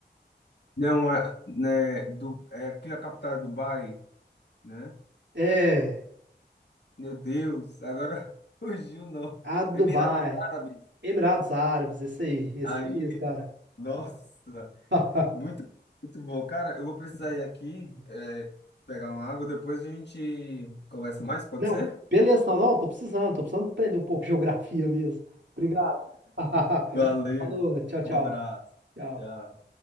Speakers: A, on the left; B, on the right.
A: Não, é, né, do, é aqui a capital é Dubai, né?
B: É,
A: Meu Deus, agora <laughs> fugiu, não.
B: a Dubai,
A: Emirados Árabes.
B: Emirados Árabes, esse aí, esse
A: Aí,
B: aí mesmo, cara.
A: nossa,
B: <laughs>
A: muito, muito bom. Cara, eu vou precisar ir aqui, é, pegar uma água, depois a gente conversa mais, pode
B: Não,
A: ser?
B: beleza, não, não, tô precisando, tô precisando aprender um pouco de geografia mesmo. Obrigado. <laughs>
A: Valeu,
B: Falou, tchau, tchau.
A: um abraço.
B: Tchau.
A: Tchau.